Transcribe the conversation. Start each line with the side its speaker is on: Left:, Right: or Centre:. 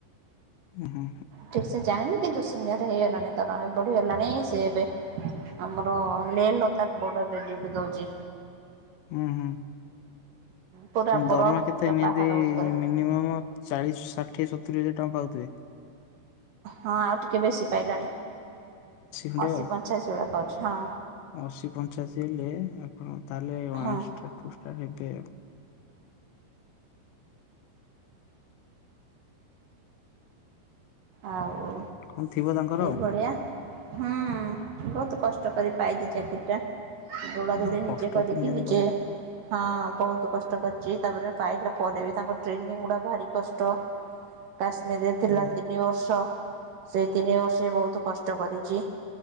Left: ହଁ ହୁଁ।
Right: ଠିକ ସେ ଜାଣିନି କିନ୍ତୁ ସିନିୟର ହେଇଗଲାଣି ଦରମା ବି ବଢିଗଲାଣି। ସେ ଏବେ ଆମର ଲେ ଲଦାକ୍ ବର୍ଡରରେ ଡ୍ୟୁଟି ଦଉଚି।
Left: ହୁଁ ହୁଁ।
Right: ପୁରା ବରଫ
Left: ଦରମା କେତେ
Right: ପୁରା
Left: ନିହାତି
Right: ପାହାଡ଼ ଉପରେ
Left: ମିନିମମ୍ ଚାଳିଶି ଷାଠ କିଏ ସତୁରି ହଜାର ଟଙ୍କା ପାଉଥିବେ?
Right: ହଁ ଆଉ ଟିକେ ବେଶୀ ପାଇଲାଣି।
Left: ଖଣ୍ଡେ
Right: ଅଶୀ
Left: ଆଉ।
Right: ପଞ୍ଚାଅଶି ଭଳିଆ ପାଉଛି ହଁ।
Left: ଅଶୀ ପଞ୍ଛାଅଶି ହେଲେ ଆପଣ ତାହେଲେ ୱାନ
Right: ହଁ
Left: ଷ୍ଟାର୍ ଟୁ ଷ୍ଟାର ହେଇଥିବେ ଆଉ।
Right: ଆଉ
Left: କଣ ଥିବ ତାଙ୍କର
Right: ଏଇଭଳିଆ
Left: ଆଉ
Right: ହୁଁ। ବହୁତ କଷ୍ଟ କରି ପାଇଚି ଚାକିରିଟା। ଦୌଡା ଦୋଡି
Left: ଉଁ
Right: ନିଜେ
Left: କଷ୍ଟ
Right: କରିକି
Left: ତ ନିହାତି
Right: ନିଜେ
Left: କରିବାକୁ ପଡିବ।
Right: ହଁ ବହୁତ କଷ୍ଟ କରିଚି। ତାପରେ ପାଇଲା ପରେ ବି ତାଙ୍କ ଟ୍ରେନିଂ ଗୁଡା ଭାରି କଷ୍ଟ। କାଶ୍ମୀରରେ ଥିଲା
Left: ହୁଁ
Right: ତିନି ବର୍ଷ, ସେଇ ତିନି ବର୍ଷ ବି ବହୁତ କଷ୍ଟ କରିଚି।